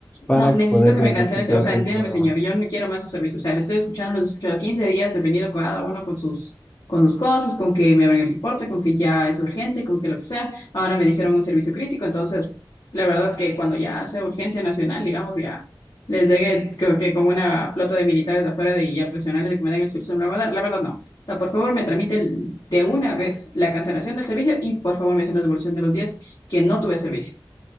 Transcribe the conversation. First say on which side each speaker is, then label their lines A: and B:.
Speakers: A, on the left; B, on the left.
A: para
B: No, necesito
A: poder
B: que
A: diagnosticar
B: me canceles, o sea,
A: el
B: entiéndeme,
A: problema.
B: señor, yo no quiero más su servicio, o sea, le estoy escuchando, los he escuchado 15 días, he venido cada uno con sus, con sus cosas, con que me abren el reporte, con que ya es urgente, con que lo que sea, ahora me dijeron un servicio crítico, entonces, la verdad que cuando ya sea urgencia nacional, digamos, ya les llegue creo que con una flota de militares de afuera de, y a presionarles de que me den el servicio, me lo van a dar, la verdad no. O sea, por favor, me tramite el- de una vez la cancelación del servicio y por favor me hacen la devolución de los días que no tuve servicio.